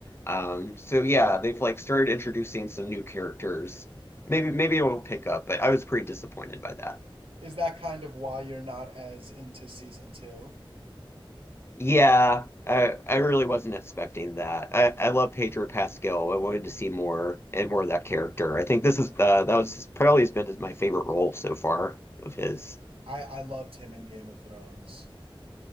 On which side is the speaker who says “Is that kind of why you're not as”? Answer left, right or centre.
Right